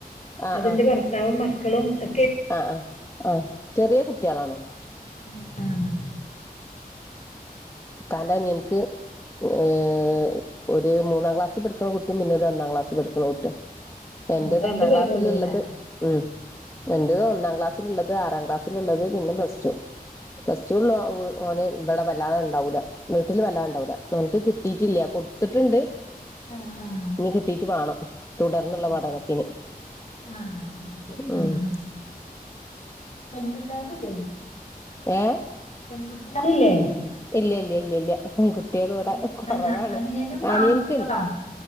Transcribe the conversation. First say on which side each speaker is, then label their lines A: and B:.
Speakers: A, on the left (about 20°); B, on the left (about 45°).
A: ആഹ്
B: അതിന്റെ
A: ആഹ്
B: ഭർത്താവും മ ക്കളും എ
A: ആഹ് ആ ആ ചെറിയ കുട്ട്യേളാണ്.
B: ആ ആഹ്.
A: ഉപ്പാന്റെ അനിയന്ക്ക്, ഏഹ് ഒരു മൂന്നാം ക്ലാസ്സിൽ പഠിക്കണ കൂട്ടിം, പിന്നെ ഒരു ഒന്നാം ക്ലാസ്സിൽ പഠിക്കണ കുട്ടിം. എന്റെത്
B: ആഹ് രണ്ട്
A: ഒന്നാം
B: പേരൊള്ളൂല്ലേ?
A: ക്ലാസ്സിലുള്ളത്, ഉം എന്റെത് ഒന്നാം ക്ലാസ്സിലുള്ളത്, ആറാം ക്ലാസ്സിലുള്ളത്, പിന്നെ പ്ലസ്റ്റു. പ്ലസ്റ്റുലുള്ള ഒ ഓന് ഇവടെ വല്ലാതെ ഉ ണ്ടാവൂല വീട്ടില് വല്ലാണ്ടാവൂല്ല. നമുക്ക് കിട്ടിട്ടില്ല കൊടുത്തിട്ടുണ്ട്
B: ആണ ആഹ്.
A: ഇനി കിട്ടീട്ട് വേണം തുടർന്നുള്ള
B: ആഹ്
A: പഠനത്തിന്
B: ആഹ് ഓക്കെ ആഹ്
A: ഉം.
B: പെൺപിള്ളേരില്ലേ?
A: ഏഹ്
B: പെൺകുട്ടികളില്ലേ?
A: ഇല്ല ഇല്ല ഇല്ല ഇല്ല. പെൺകുട്ട്യേള് ഇവിടെ
B: അനി
A: കൊറവാണ്.
B: അന അനിയനും
A: അനിയന്ക്ക്ണ്ട്
B: ആൺകുട്ടികളാ?